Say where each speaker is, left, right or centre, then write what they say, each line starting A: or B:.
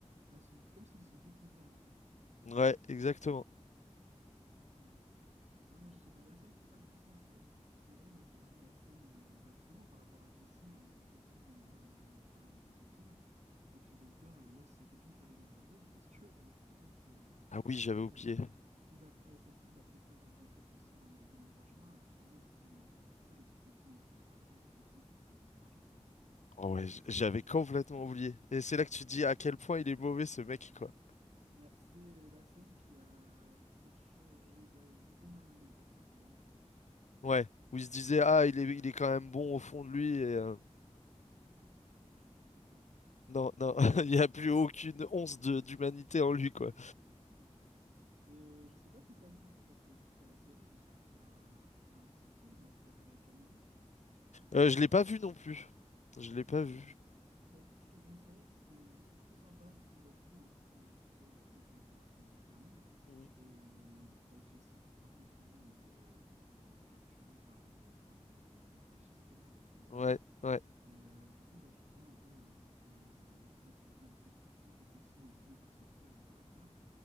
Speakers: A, on the right; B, on the left.
A: à se, comme s'il se découvrait en fait,
B: Ouais, exactement.
A: comme s'il se découvrait. Ah non moi je sais pas. La scène qui m'a le plus marqué, je dirais moi c'est vraiment la scène où euh, bah, justement par rapport à Jesse où il y a sa copine, euh, enfin il a sa copine et puis Walter euh, laisse sa copine faire une overdose parce que bah, il se rend compte que euh,
B: Ah oui, j'avais
A: il
B: oublié.
A: va Il va, euh, cette fille va peut-être faire euh, rentrer Jesse dans le, dans le droit chemin, alors que lui, il a absolument pas envie de ça. Il peut continuer à faire sa drogue, à continuer à faire ses- son argent, quoi.
B: Oh ouais, j- j'avais complètement oublié. Et c'est là que tu te dis à quel point il est mauvais, ce mec, quoi.
A: Ouais, C'est euh, la scène qui a fait changer d'avis énormément de personnes sur Walter,
B: Ouais, où il se disait, ah, il est, il est quand même bon au fond de lui, et... euh,
A: <laughs> alors que pas du tout,
B: Non, non, <laughs> il n'y a plus aucune once de d'humanité en lui, quoi.
A: <laughs> c'est clair. Et euh, je sais pas si tu as vu du coup, parce que suite à la série, ils ont sorti un, un petit film qui s'appelle El Camino.
B: Euh, je l'ai pas vu non plus. Je l'ai pas vu.
A: Et, bah, écoute, je te conseille, c'est c'est plutôt sympa parce que bah, du coup, tu, tu sais à la fin comment ça, comment ça se termine.
B: Mhm.
A: Et euh, t'as Jesse qui, par contre, lui, il est, euh, bah, il est capturé par, euh, par les, les- les fascistes, là, les, les nazis.
B: Ouais, ouais.
A: Et euh, du coup, bah, tu vois un peu euh, toute, euh, toute l'escapade. Enfin, parce que du coup, tu sais que Jesse euh, finit par s'enfuir grâce à Walter.